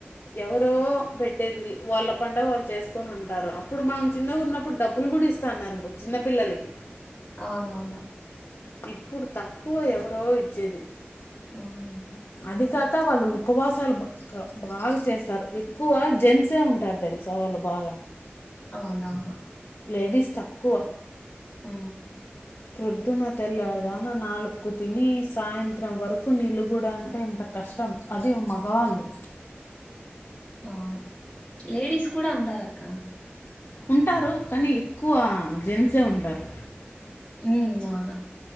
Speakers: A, on the left (about 55°); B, on the left (about 15°).
A: ఎవరో పెట్టేది వాళ్ళ పండగా వాళ్ళు చేస్త కొని ఉంటారు అప్పుడు మనం చిన్నగున్నపుడు డబ్బులు కూడా ఇస్తా ఉన్నారు చిన్న పిల్లలకి
B: అవునవును
A: ఇప్పుడు తక్కువ ఎవరో ఇచ్చేది
B: ఆవును
A: అది కాక వాళ్ళు ఉపవాసాలు బాగా చేస్తారు ఎక్కువ జెన్సే ఉంటారు తెలుసా వాళ్ళు బాగా
B: అవునవును
A: లేడీస్ తక్కువ
B: హ
A: ప్రొద్దున తెల్లడుదాన నాలుకు తిని సాయంత్రం వరకు నిలుగుడ అంటే ఎంత కష్టం అది మగవాళ్ళు
B: అవును లేడీస్ కూడా అంటారు అక్క
A: ఉంటారు కానీ ఎక్కువ జెన్సే ఉంటారు
B: ఉ అవును